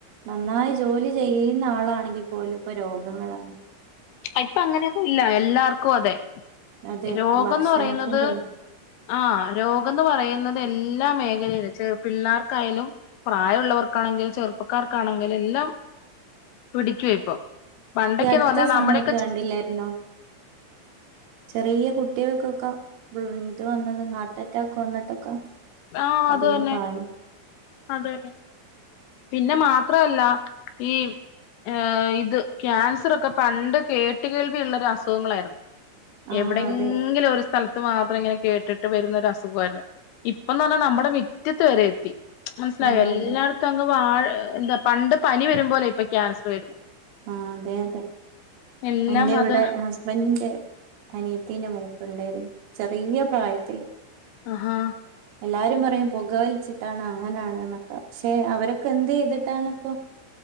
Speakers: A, on the right (about 90°); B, on the left (about 80°).
A: നന്നായി ജോലി ചെയ്യുന്ന ആളാണെങ്കിൽ പോലും ഇപ്പോ രോഗങ്ങളാണ്‌
B: ആഹ് ഇപ്പൊ അങ്ങനെയൊന്നും ഇല്ല എല്ലാർക്കും അതെ
A: അതെ
B: രോഗംന്ന്
A: ഭക്ഷണത്തിന്റെ
B: പറയുന്നത് ആഹ് രോഗംന്ന് പറയുന്നത് എല്ലാ മേഖലയിലും ചെ പിള്ളേർക്കായാലും പ്രായവുള്ളവർക്കാണെങ്കിലും ചെറുപ്പക്കാർക്കാണെങ്കിലും എല്ലാം പിടിക്കുവാ ഇപ്പം പണ്ടൊക്കെന്ന്
A: ഈ അടുത്ത
B: പറഞ്ഞാൽ
A: സമയത്ത്
B: നമ്മുടെ
A: കണ്ടില്ലായിരുന്നോ ചെറിയ കുട്ടികൾക്കൊക്കെ ഇത് വന്നത് ഹാർട്ട് അറ്റാക്ക് ഒക്കെ വന്നിട്ടൊക്കെ
B: ആഹ്
A: അധികം
B: അത് തന്നെ
A: പ്രായം
B: അതെ പിന്നെ മാത്രല്ല ഈ ഏഹ് ഇത് ക്യാൻസറൊക്കെ പണ്ട് കേട്ടു കേൾവി ഉള്ളൊരു അസുഖങ്ങളായിരുന്നു
A: ആഹ്
B: എവിടെങ്കിലും
A: അതെ
B: ഒരു സ്ഥലത്ത് മാത്രം ഇങ്ങനെ കേട്ടിട്ട് വരുന്ന ഒരു അസുഖവായിരുന്നു ഇപ്പന്ന് പറഞ്ഞാൽ നമ്മുടെ മിറ്റത്ത് വരെ എത്തി മനസ്സിലായോ
A: ആഹ്
B: എല്ലാ
A: അതെ
B: ത്തങ്ങ് വാഴ എന്താ പണ്ട് പനി വരുമ്പോലെ ഇപ്പൊ ക്യാൻസർ വരുന്നത്
A: ആഹ് അതെ അതെ
B: എല്ലാം
A: എന്റെ ഇവിടെ
B: അത്
A: ഹസ്ബൻഡിന്റെ അനിയത്തിന്റെ മോക്കുണ്ടായിരുന്നു ചെറിയ പ്രായത്തില്
B: ആഹാ
A: എല്ലാരും പറയും പൊകവലിച്ചിട്ടാണ് അങ്ങനാണ് എന്നൊക്കെ പക്ഷെ അവരൊക്കെ എന്ത് ചെയ്തിട്ടാണ് ഇപ്പ